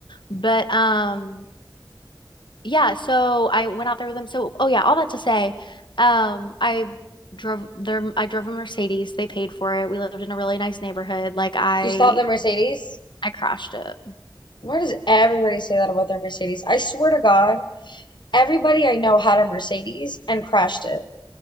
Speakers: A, on the left; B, on the left.
A: But um yeah, so I went out there with them. So oh yeah, all that to say, um I drove their I drove a Mercedes. They paid for it. We lived in a really nice neighborhood. Like I
B: Do you still have the Mercedes?
A: I crashed it.
B: Why does everybody say that about their Mercedes? I swear to God, Everybody I know had a Mercedes and crashed it.